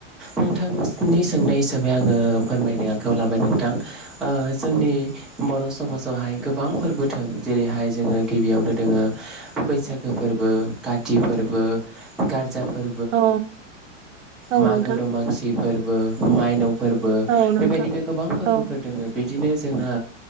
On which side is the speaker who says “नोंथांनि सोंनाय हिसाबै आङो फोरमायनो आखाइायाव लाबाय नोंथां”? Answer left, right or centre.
Centre